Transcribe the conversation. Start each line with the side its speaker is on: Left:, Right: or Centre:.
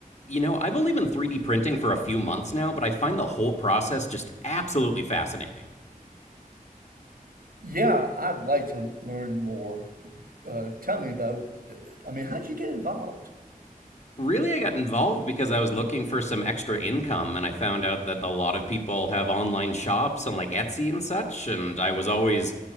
Left: You know, I've only been 3D printing for a few months now, but I find the whole process just absolutely fascinating.
Right: Yeah, I'd like to learn more. Uh, tell me about, I mean, how'd you get involved?
Left: Really, I got involved because I was looking for some extra income, and I found out that a lot of people have online shops on like Etsy and such. And I was always